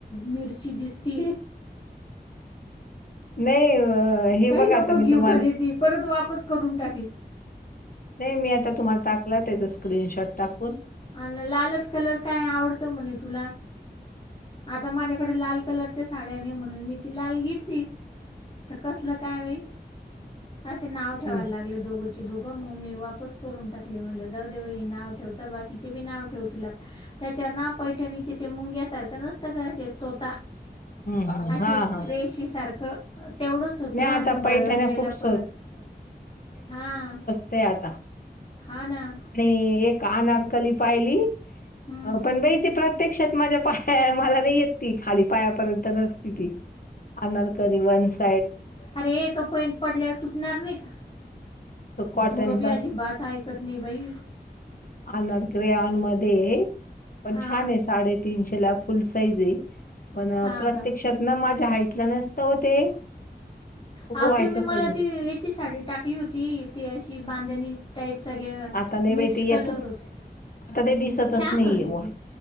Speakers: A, on the left; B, on the left.
A: मिरची दिसती.
B: नाही अ, हे
A: काही
B: बघा
A: नको
B: आता
A: घेऊ
B: मी तुम्हाला
A: म्हणे ती परत वापस करून टाकली.
B: नाही मी आता तुम्हाला टाकला त्याचचा स्क्रीनशॉट टाक.
A: अ लालच कलर काय आवडतो म्हणे तुला. आता माझ्याकडे लाल कलरच्या साड्या नाही म्हणून मी ती लाल घेतली. तर कसलं काय वई. असे नाव ठेवायला
B: हम्म.
A: लागले दोघोचे दोघं मग मी वापस करून टाकली म्हणले जाऊ देव्हा ह नाव बाकीचेी नाव ठेव त्या नाव पैठणी मु्यासारख कनस्तकनचे तोता
B: हम्म, हम्म.
A: अशी
B: हा हा
A: रेशी ह सारखं. तेवढंच होतं
B: नाही
A: आणि
B: आता
A: भरलेला
B: पैठण्या खूप स्वस्त
A: पद हम्म.
B: ते आता.
A: हा ना.
B: आणि, एक आनारकली पाहिली.
A: हं,
B: अ,
A: हं.
B: पण बाई ती प्रत्यक्षात माझ्या पाया मला नाही येत ती, खाली पायापर्यंत नसती ती. अनारकरी वन्स.
A: अरे ये, तो पेन पडल्यावर तुटणार नाही का?
B: तो
A: हे
B: कॉटनचा
A: पुरं बी अजीबात ऐकत नाही बाई.
B: आणारकरी ग्रे आन मध्ये, पण
A: हां
B: छान आहे साडे तीनशेला फुल साईज हेय, पण
A: हां
B: प्रत्यक्षात
A: का
B: ना माझ्या हाईटला नसतं वो ते. उगवायच्या
A: हा तुम्ही मला
B: पाहिजेत
A: ती येची साडी टाकली होती, ती अशी बांधणी टाईप सग्या,
B: आता नाही
A: मिक्स
B: बाई ते येतच
A: कलर होते.
B: आता ते दिसतच
A: छान
B: नाहीये
A: होती
B: व
A: ती,